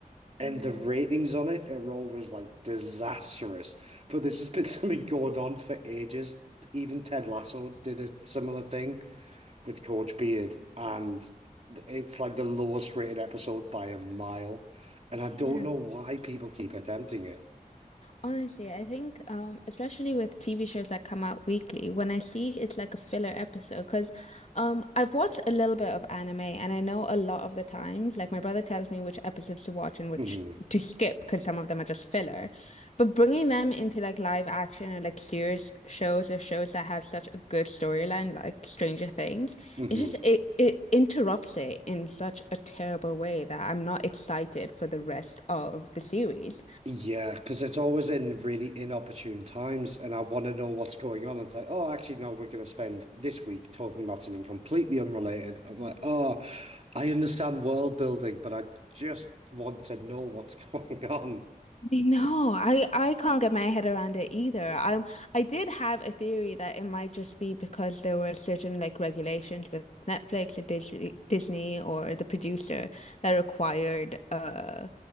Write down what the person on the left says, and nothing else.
Yeah.
Yeah.
Honestly, I think, um, especially with TV shows that come out weekly, when I see it's like a filler episode, because um, I've watched a little bit of anime and I know a lot of the times, like my brother tells me which episodes to watch and which
to skip because some of them are just filler. But bringing them into like live action or like serious shows or shows that have such a good storyline, like Stranger Things,
it's just it, it interrupts it in such a terrible way that I'm not excited for the rest of the series.
No, I I can't get my head around it either. I'm I did have a theory that it might just be because there were certain like regulations with Netflix or Disney Disney or the producer that required uh